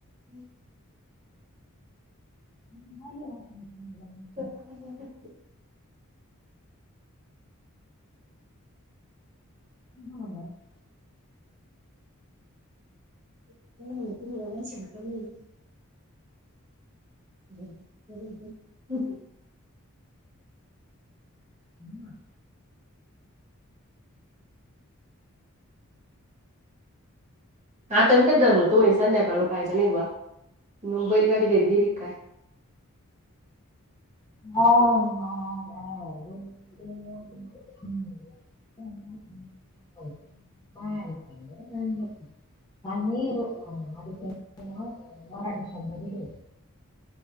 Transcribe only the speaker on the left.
<unintelligible>
<inaudible>
ऊआं.
<unintelligible> <unintelligible> <unintelligible> अं मराठी शब्द दिले होते.